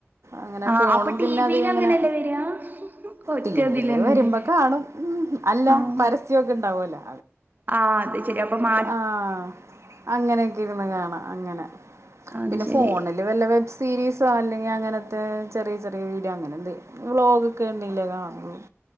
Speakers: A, on the right; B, on the right.
A: അങ്ങനെ
B: ആഹ്
A: ഫോണും
B: അപ്പൊ ടിവിൽ
A: പിന്നെ അധികങ്ങനെ
B: അങ്ങനെയല്ലേ വരാ ഒറ്റതിലന്നെ
A: ടി വില് വരുമ്പ കാണും, മ് അല്ല
B: ആഹ്
A: പരസ്യൊക്കെ ഇണ്ടാവുല്ലാ.
B: ആഹ് അത് ശെരിയാ അപ്പ മാ
A: ആഹ് അങ്ങനെയൊക്കിരുന്ന് കാണാം അങ്ങനെ. <unintelligible>
B: അത്
A: പിന്നെ
B: ശെരി
A: ഫോണില് വല്ല വെബ്സീരീസ് അല്ലെങ്കി അങ്ങനത്തെ ചെറിയ ചെറിയ വീഡിയോ അങ്ങനെന്തെലും വ്ളോഗൊക്കെ എന്തെങ്കിലേ കാണോറുള്ളു-